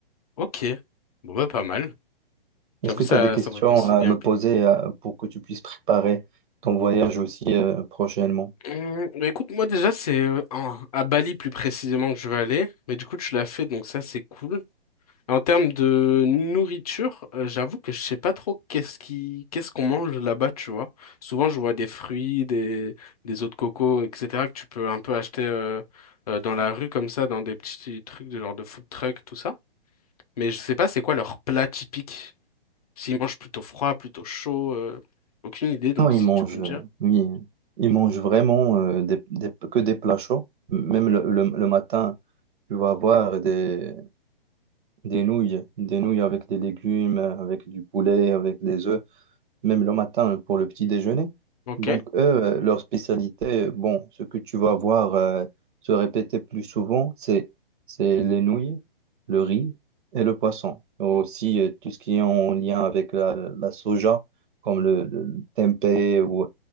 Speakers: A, on the left (about 40°); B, on the right (about 60°).
A: ok. Bon, bah, pas mal. J'avoue,
B: Est-ce que
A: ça,
B: tu as des questions
A: ça me réconcilie
B: à me
A: un peu.
B: poser euh, pour que tu puisses préparer ton voyage aussi euh, prochainement?
A: Hum, bah, écoute, moi, déjà, c'est euh, en- à Bali plus précisément que je vais aller. Mais du coup, tu l'as fait, donc ça, c'est cool. En termes de nourriture, euh, j'avoue que je sais pas trop qu'est-ce qui, qu'est-ce qu'on mange là-bas, tu vois. Souvent, je vois des fruits, des, des eaux de coco, etc., que tu peux un peu acheter euh, euh, dans la rue comme ça, dans des petits trucs de genre de food truck, tout ça. Mais je sais pas c'est quoi leur plat typique. S'ils mangent plutôt froid, plutôt chaud, euh, aucune idée. Donc
B: Non, ils
A: si
B: mangent,
A: tu peux me
B: euh,
A: dire.
B: oui, ils mangent vraiment euh, des- des- que des plats chauds. Même le, le- le matin, tu vas avoir des, des nouilles, des nouilles avec des légumes, avec du poulet, avec des œufs. même le matin euh, pour le petit déjeuner.
A: Ok.
B: Donc, eux, euh, leur spécialité, euh, bon, ce que tu vas voir euh, se répéter plus souvent, c'est c'est les nouilles, le riz et le poisson. Aussi, euh, tout ce qui est en lien avec la, la soja, comme le, le- le tempeh ou,